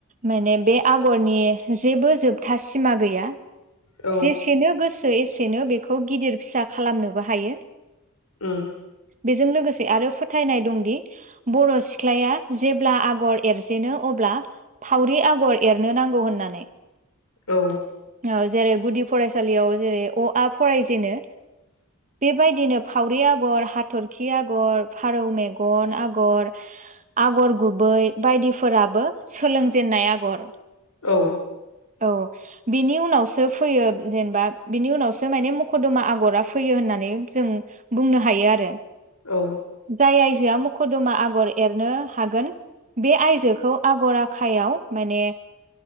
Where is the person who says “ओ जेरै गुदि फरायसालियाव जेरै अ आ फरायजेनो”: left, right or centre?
Right